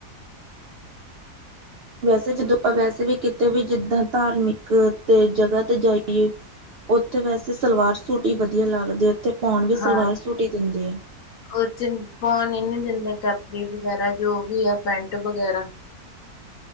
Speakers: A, on the right; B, on the left.
A: ਵੈਸੇ ਜਦੋਂ ਆਪਾਂ ਵੈਸੇ ਵੀ ਕਿਤੇ ਵੀ ਜਿੱਦਾਂ ਧਾਰਮਿਕ ਤੇ ਜਗ੍ਹਾ ਤੇ ਜਾਈਏ, ਉੱਥੇ ਵੈਸੇ ਸਲਵਾਰ ਸੂਟ ਹੀ ਵਧੀਆ ਲੱਗਦੇ। ਉੱਥੇ ਪਾਉਣ ਵੀ ਸਲਵਾਰ
B: ਹਾਂ
A: ਸੂਟ ਹੀ ਦਿੰਦੇ ਆ।
B: ਉਹ ਚ ਪਾਉਣ ਹੀ ਨੀ ਦਿੰਦੇ ਕੇਪਰੀ ਵਗੈਰਾ ਜੋ ਵੀ ਹੈ ਪੈਂਟ ਵਗੈਰਾ,